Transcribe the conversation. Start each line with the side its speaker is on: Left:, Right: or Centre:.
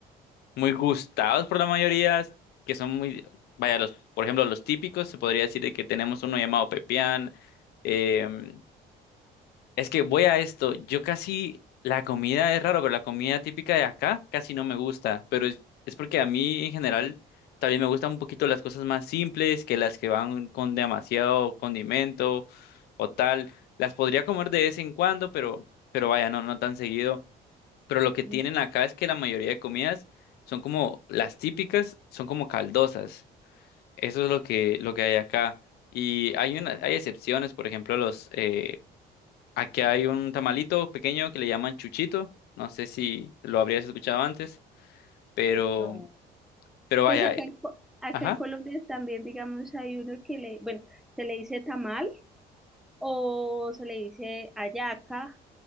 Left: muy gustados por la mayoría, que son muy, vaya, los, por ejemplo, los típicos, se podría decir de que tenemos uno llamado pepián. em, es que voy a esto, yo casi, la comida es raro, pero la comida típica de acá casi no me gusta, pero es, es porque a mí en general también me gustan un poquito las cosas más simples que las que van con demasiado condimento o tal. Las podría comer de vez en cuando, pero, pero vaya, no, no tan seguido pero lo que tienen
Centre: Mm,
Left: acá es que la mayoría de comidas son como las típicas, son como caldosas. Eso es lo que, lo que hay acá. Y hay una, hay excepciones, por ejemplo, los eh, aquí hay un tamalito pequeño que le llaman chuchito. No sé si lo habrías escuchado antes, pero,
Centre: No.
Left: pero vaya,
Centre: Pues acá
Left: eh,
Centre: en, Co- acá
Left: ajá,
Centre: en Colombia también, digamos, hay uno que le, bueno, se le dice tamal o se le dice hallaca